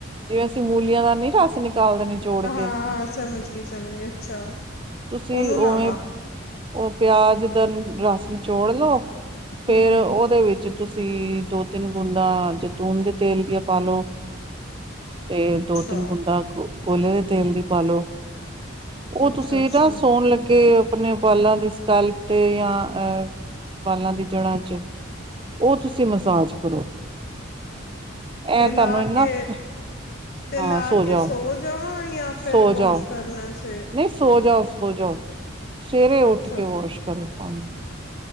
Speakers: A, on the right; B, on the left.
A: ਜਿਵੇਂ ਅਸੀਂ ਮੂਲੀਆਂ ਦਾ ਨੀ ਰਸ ਨਿਕਾਲਦੇ। ਨਿਚੋੜ
B: ਹਾਂ
A: ਕੇ
B: ਸਮਝ ਗਈ ਸਮਝ ਗਈ ਅੱਛਾ
A: ਤੁਸੀਂ
B: ਉਹਨੂੰ
A: ਉਵੇਂ
B: ਲਾਵਾਂ
A: ਉ ਪਿਆਜ ਦਾ ਰਸ ਨਿਚੋੜ ਲਓ ਫੇਰ
B: ਹੂੰ ਹੂੰ
A: ਉਹਦੇ ਵਿੱਚ ਤੁਸੀਂ ਦੋ-ਤਿੰਨ ਬੂੰਦਾਂ ਜੈਤੂਨ ਦੇ ਤੇਲ ਦੀਆਂ ਪਾਲੋ, ਤੇ ਦੋ-ਤਿੰਨ
B: ਅੱਛਾ
A: ਬੂੰਦਾ ਕੋਕ ਗੋਲੇ ਦੇ ਤੇਲ ਦੀ ਪਾ ਲੋ। ਉ
B: ਅੱਛਾ
A: ਤੁਸੀਂ
B: ਅੱਛਾ
A: ਨਾ ਸੋਣ ਲੱਗੇ ਆਪਣੇ ਵਾਲਾਂ ਦੇ ਸਕਲਪ ਤੇ ਜਾਂ ਅਹ ਵਾਲਾਂ ਦੀ ਜੜ੍ਹਾਂ ਚ ਉ ਤੁਸੀਂ ਮਸਾਜ ਕਰੋ। ਇਹ
B: ਤੇਲ
A: ਤੁਹਾਨੂੰ
B: ਲਾ
A: ਇੰਨਾ
B: ਕੇ
A: ਫ-
B: ਤੇ
A: ਹਾਂ
B: ਲਾ ਕੇ
A: ਜਾਓ
B: ਸੋ ਜਾਵਾਂ ਜਾਂ ਫਿਰ
A: ਸੋ
B: ਵਾਸ਼
A: ਜਾਓ
B: ਕਰਨਾ ਸਿਰ?
A: ਨਹੀਂ ਸੋ ਜਾਓ- ਸੋ ਜਾਓ, ਸਵੇਰੇ ਉੱਠ
B: ਅੱਛਾ
A: ਕੇ ਵਾਸ਼ ਕਰੋ ਪਾਣੀ